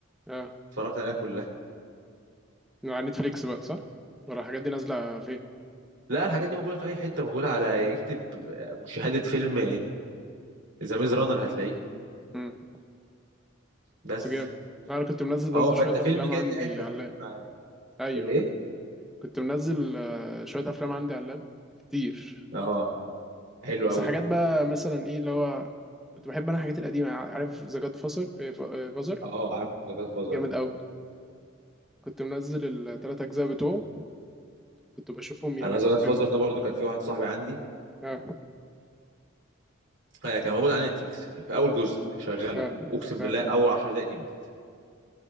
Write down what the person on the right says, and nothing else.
اتفرجت عليها كلها
لا الحاجات دي موجودة في أي حتة موجودة على اكتب مشاهدة فيلم ذا ميز رانر هتلاقيه
بس
اه فأنت
فيلم
كده
أنت قاعد مسدود
معاه
الإيه؟
اه حلو
قوي
ده
اه عارف ذا جاد فازر
ده
أنا ذا
جاد فازر ده برضو كان في واحد صاحبي عندي
آه، كان موجود على نتفليكس في أول جزء شغله
أقسم
بالله أول 10 دقايق نمت